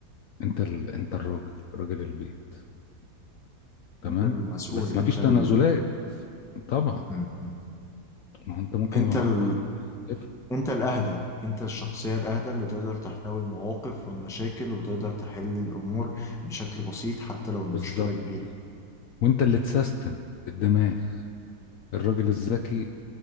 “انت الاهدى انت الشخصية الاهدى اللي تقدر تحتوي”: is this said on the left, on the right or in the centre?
Centre